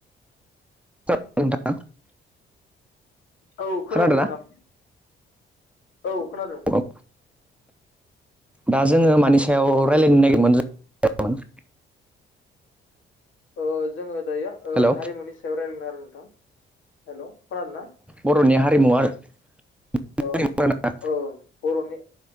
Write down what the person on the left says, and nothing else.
औ खोनादो
नोथां।
औ खोनादों।
औ
ओ जोङो दायो ओ
हारिमुनि सायाव रायज्लायगोन आरो नोंथां हेलौ खोनादों ना?
ओ औ बर'नि